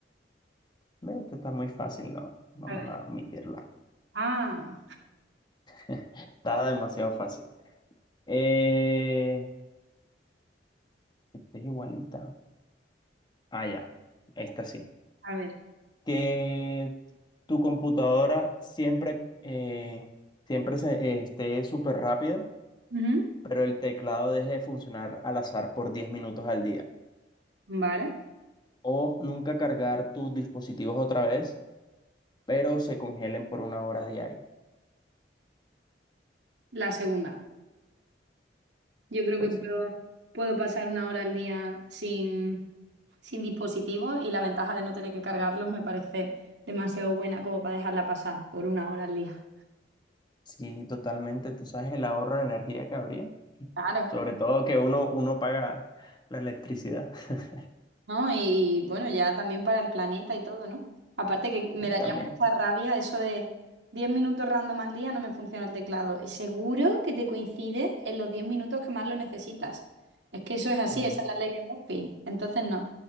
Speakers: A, on the left (about 25°); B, on the right (about 85°).
A: ve, esto está muy fácil, ¿no? Vamos
B: A ver.
A: a omitirla.
B: Ah,
A: <laughs> Está demasiado fácil. Eh, esta es igualita. Ah, ya. Esta sí.
B: a ver.
A: que tu computadora siempre, eh, siempre se- eh, esté súper rápida,
B: Ujú.
A: pero el teclado deje de funcionar al azar por 10 minutos al día.
B: Vale.
A: O nunca cargar tus dispositivos otra vez, pero se congelen por una hora diaria.
B: La segunda. Yo creo
A: Pues
B: que puedo,
A: sí,
B: puedo pasar una hora al día sin, sin dispositivos y la ventaja de no tener que cargarlos me parece demasiado buena como para dejarla pasar por una hora al día.
A: sí, totalmente. Tú sabes el ahorro de energía que habría.
B: Claro.
A: Sobre todo que uno, uno paga la electricidad. <laughs>
B: ¿no? Y, bueno, ya también para el planeta y todo, ¿no? Aparte que me
A: Sí,
B: daría
A: también.
B: mucha rabia eso de 10 minutos random al día no me funciona el teclado. Y seguro que te coincide en los 10 minutos que más lo necesitas. Es que eso es así,
A: Mm,
B: esa es la ley de Murphy. Entonces, no.